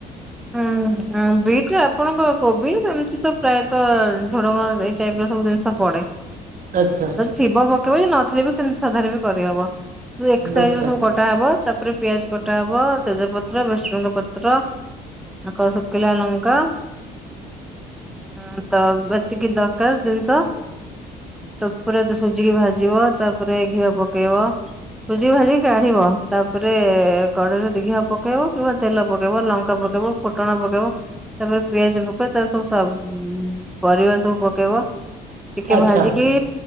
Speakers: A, in the centre; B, on the right.
A: ହୁଁ ହ ବି। ଆପଣଙ୍କ କୋବି ଏମିତି ପ୍ରାୟତ ଝୁଡଙ୍ଗ ଏଇ ଟାଇପର ସବୁ ଜିନିଷ ପଡେ।
B: ଆଚ୍ଛା
A: ଥିବ ପକେଇବ ଯଦି ନଥିଲେ ବି ସେମିତି ସାଧାରେ ବି କରିହବ ଏକ ସାଇଜର
B: ଆଚ୍ଛା।
A: ସବୁ କ କଟା ହବ ତାପରେ ପିଆଜ କଟା ହବ ତେଜ ପତ୍ର ଭ୍ରୁସଙ୍ଗ ପତ୍ର ତା ଆଗ ସୁଖିଲା ଲଙ୍କା ହୁଁ ତ ଏତିକି ଦରକାର ଜିନିଷ। ତାପରେ ତ ସୁଜିକି ଭାଜିବ। ତାପରେ ଘିଅ ପକେଇବ। ସୁଜି ଭାଜି କାଢିବ। ତାପରେ କଡେଇରେ ଘିଅ ପକେଇବ କିମ୍ବା ତେଲ ପକେଇବ ଲଙ୍କା ପକେଇବ। ଫୁଟଣ ପକେଇବ। ତାପରେ ପିଆଜ ପକେଇବ। ତା ସବୁ ସ ଉମ୍ ପରିବା ସବୁ ପକେଇବ। ଟିକେ
B: ଆଚ୍ଛା
A: ଭାଜିକି